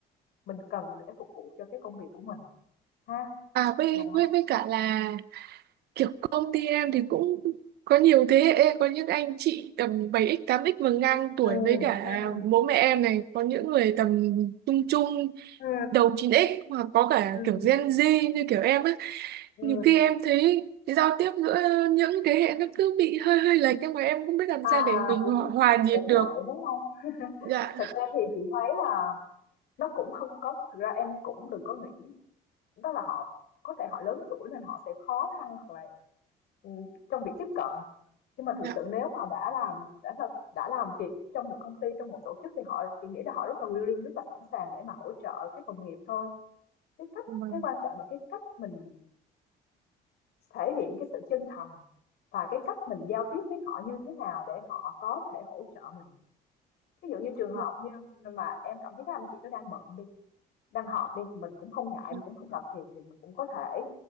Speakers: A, on the left; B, on the right.
A: mình cần để phục vụ cho cái công việc của mình ha
B: à với,
A: đó
B: với với cả là kiểu công ty em thì cũng có nhiều thế hệ có những anh chị tầm bảy x tám x và ngang tuổi
A: ừ
B: với cả
A: ừ
B: bố mẹ em này có những người tầm trung trung
A: ừ
B: đầu chín x hoặc có cả
A: ừ
B: kiểu Gen Z như kiểu em á
A: ừ
B: nhiều khi em thấy cái giao tiếp giữa những thế hệ nó cứ bị hơi hơi lệch nhưng mà em không biết làm
A: À,
B: sao để mình
A: cũng
B: hòa, hòa nhịp
A: cũng
B: được
A: ngại, đúng không? <laughs>
B: dạ
A: Thực ra thì chị thấy là nó cũng không có thực ra em cũng đừng có nghĩ đó là họ có thể họ lớn tuổi nên họ sẽ khó khăn hoặc là, ừm, trong việc tiếp cận.
B: <laughs>
A: Nhưng mà thực
B: dạ
A: sự nếu mà đã làm đã là đã làm việc trong một công ty, trong một tổ chức thì họ chị nghĩ là họ rất là willing, rất là sẵn sàng để mà hỗ trợ các đồng nghiệp thôi. Cái cách
B: vâng
A: cái quan trọng là cái cách mình thể hiện cái sự chân thành và cái cách mình giao tiếp với họ như thế nào để họ có thể hỗ trợ mình. ví dụ như trường hợp
B: dạ,
A: như mà em cảm thấy các anh chị nó đang bận đi đang họp đi mình cũng không ngại
B: dạ,
A: mình cũng không làm phiền thì mình cũng có thể